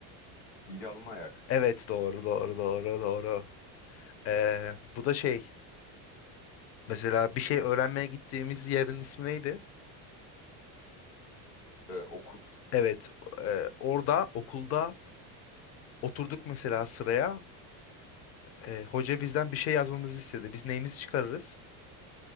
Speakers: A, on the left (about 80°); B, on the left (about 35°).
A: yalın ayak,
B: Evet, doğru, doğru, doğru, doğru. Eee, bu da şey. Mesela bir şey öğrenmeye gittiğimiz yerin ismi neydi?
A: ee, okul,
B: Evet, eee, orada okulda oturduk mesela sıraya. E, hoca bizden bir şey yazmamızı istedi. Biz neyimizi çıkarırız?